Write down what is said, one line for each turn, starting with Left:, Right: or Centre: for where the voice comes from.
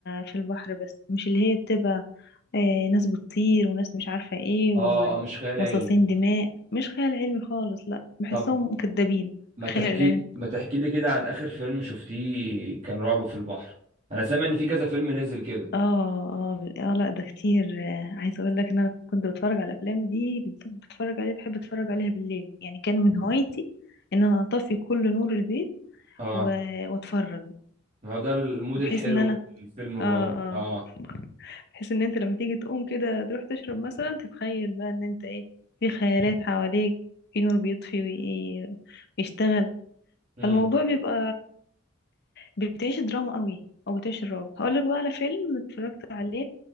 Left: في البحر بس مش اللي هي بتبقى أه ناس بتطير وناس مش عارفة ايه
Right: اه اه مش خيال
Left: ومصاصين
Right: علمي
Left: دماء مش خيال علمي خالص لا بحسهم
Right: طب
Left: كدابين
Right: ما تحكي
Left: خيال علمي
Right: ما تحكي لي كده عن اخر فيلم شفتيه كان رعب في البحر انا سامع ان في كذا فيلم نزل كده
Left: اه اه ب- اه لا ده كتير آه، عايزه اقول لك ان انا كنت بتفرج على الافلام دي بالذات بتفرج عليها بحب اتفرج عليها بالليل يعني كان من هوايتي ان انا اطفي كل نور البيت
Right: اه
Left: و... واتفرج
Right: ما هو ده المود
Left: بحيث
Right: الحلو
Left: ان انا
Right: في الفيلم الرعب
Left: اه اه
Right: اه
Left: بحيث ان انت لما تيجي تقوم كده تروح تشرب مثلا تتخيل بقى ان انت ايه في خيالات حواليك في نور بيطفي وي- ويشتغل
Right: امم
Left: فالموضوع بيبقى بتعيش دراما قوي او بتعيش الرعب هقول لك بقى على فيلم اتفرجت عليه